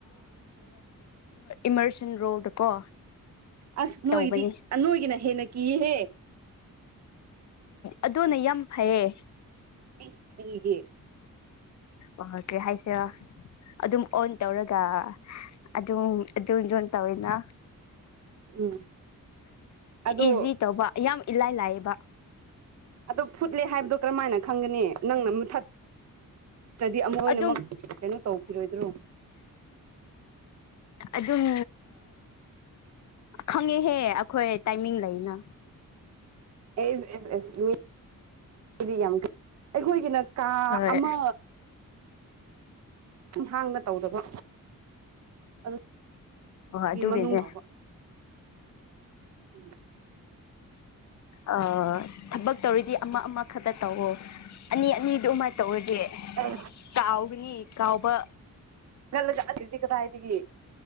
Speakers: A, on the left; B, on the right.
A: ꯏꯃꯔꯁꯟ ꯔꯣꯜꯗꯀꯣ
B: ꯑꯁ ꯅꯣꯏꯒꯤꯗꯤ
A: ꯇꯧꯕꯅꯤ
B: ꯅꯣꯏꯒꯤꯅ ꯍꯦꯟꯅ ꯀꯤꯌꯦꯍꯦ
A: ꯑꯗꯨꯅ ꯌꯥꯝ ꯐꯩꯌꯦ
B: ꯦ
A: ꯑꯣ ꯀ ꯍꯥꯏꯁ ꯑꯗꯨꯝ ꯑꯣꯟ ꯇꯧꯔꯒ ꯑꯗꯨꯝ ꯑꯗꯨꯝ ꯌꯖꯣꯟ ꯇꯧꯋꯦꯅ
B: ꯎꯝ ꯑꯗꯣ
A: ꯏꯖꯤ ꯇꯧꯕ ꯌꯥꯝ ꯏꯂꯥꯏ ꯂꯥꯏꯌꯦꯕ
B: ꯑꯗꯣ ꯐꯨꯠꯂꯦ ꯍꯥꯏꯕꯗꯣ ꯀꯔꯝꯥꯏꯅ ꯈꯪꯒꯅꯤ ꯅꯪꯅ ꯃꯨꯊꯠ ꯅ꯭ꯔꯗꯤ ꯑꯃ ꯂꯣꯏꯅꯃꯛ
A: ꯑꯗꯨꯝ
B: ꯀꯩꯅꯣ ꯇꯧꯈꯤꯔꯣꯏꯗ꯭ꯔꯣ
A: ꯑꯗꯨꯝ ꯈꯪꯉꯦꯍꯦ ꯑꯩꯈꯣꯏ ꯇꯥꯏꯃꯤꯡ ꯂꯩꯅ
B: ꯑꯦꯁ ꯑꯦꯁ ꯑꯦꯁ ꯃꯤ ꯌꯥꯝ ꯑꯩꯈꯣꯏꯒꯤꯅ ꯀꯥ
A: ꯍꯣꯏ
B: ꯑꯃ ꯨꯝ ꯍꯥꯡꯅ ꯇꯧꯗꯕ ꯑꯗꯨ
A: ꯍꯣꯏ ꯑꯗꯨꯒꯤꯅꯦ
B: ꯒꯤ ꯃꯅꯨꯡ ꯂꯥꯎꯕ ꯎꯝ
A: ꯑ ꯊꯕꯛ
B: ꯌꯥꯗ꯭ꯔꯦ
A: ꯇꯧꯔꯤꯗꯤ ꯑꯃ ꯑꯃꯈꯛꯇ ꯇꯧꯋꯣ ꯑꯅꯤ ꯑꯅꯤꯗꯨ ꯑꯃ ꯇꯧꯔꯁ
B: ꯑꯦ
A: ꯀꯥꯎꯒꯅꯤ ꯀꯥꯎꯕ
B: ꯅꯒ ꯀꯗꯥꯏꯗꯒꯤ